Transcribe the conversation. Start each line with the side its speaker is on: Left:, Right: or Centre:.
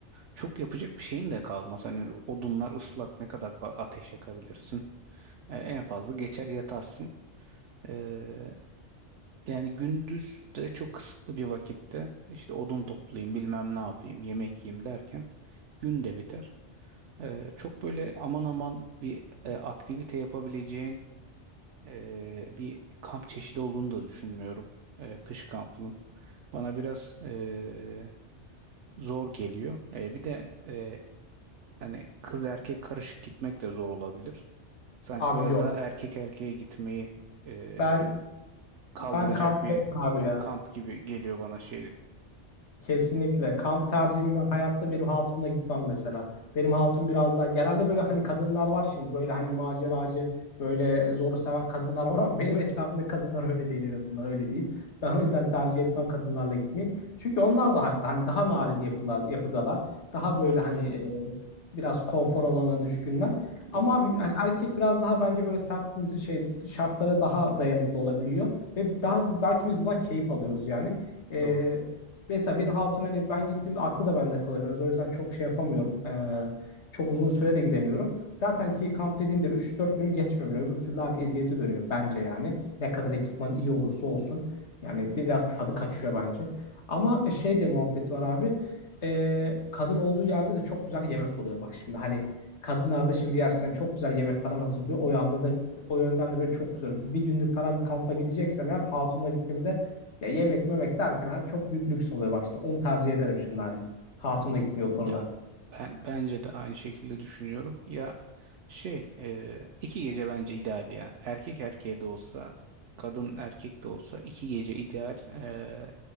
Right: Çok yapacak bir şeyin de kalmaz. Hani odunlar ıslak ne kadar fa- ateş yakabilirsin. E, en fazla geçer yatarsın. E, Yani gündüz de çok kısıtlı bir vakitte işte odun toplayayım bilmem ne yapayım yemek yiyeyim derken gün de biter. Ee, çok böyle aman aman bir e, aktivite yapabileceğin e, bir kamp çeşidi olduğunu da düşünmüyorum e, kış kampının. Bana biraz e, zor geliyor. E, bir de e, hani kız erkek karışık gitmek de zor olabilir. Sanki
Left: Abi
Right: biraz
Left: yok.
Right: daha erkek erkeğe gitmeyi e,
Left: Ben
Right: kaldıracak
Left: ben kamptayım
Right: bir
Left: abi ya.
Right: kamp gibi geliyor bana şey
Left: Kesinlikle. Kamp tercihimi ben hayatta benim hatunla gitmem mesela. Benim hatun biraz daha genelde böyle hani kadınlar var şimdi böyle hani maceracı böyle zoru seven kadınlar var ama benim etrafımda kadınlar öyle değil en azından öyle diyeyim. Ben o yüzden tercih etmem kadınlarla gitmeyi. Çünkü onlar da haklı. Hani daha narin yapılar, yapıdalar. Daha böyle
Right: Evet,
Left: hani e, biraz konfor alanına düşkünler. Ama
Right: doğru,
Left: abi hani erkek biraz daha bence böyle sert müdü- şey şartlara daha dayanıklı olabiliyor ve daha belki biz bundan keyif alıyoruz yani. E,
Right: doğru.
Left: Mesela benim hatun hani ben gittiğimde aklı da bende kalıyor biraz. O yüzden çok şey yapamıyorum. Ee, çok uzun süre de gidemiyorum. Zaten ki kamp dediğinde 3-4 günü geçmiyor bile. Öbür türlü abi eziyete dönüyor bence yani. Ne kadar ekipman iyi olursa olsun. Yani biraz tadı kaçıyor bence. Ama şey de muhabbeti var abi. Ee, kadın olduğu yerde de çok güzel yemek oluyor bak şimdi. Hani kadınlar da şimdi gerçekten çok güzel yemek falan hazırlıyor. O yanda da o yönden de böyle çok güzel. Bir günlük falan bir kampa gideceksem eğer hatunla gittiğimde ya yemek memek derken abi çok büyük lüks oluyor bak şimdi. Onu tercih ederim şimdi hani. Hatun da gitmiyor o konuda.
Right: Ya ben bence de aynı şekilde düşünüyorum. Ya şey, e, iki gece bence ideal ya. Erkek erkeğe de olsa, kadın erkek de olsa iki gece ideal. E,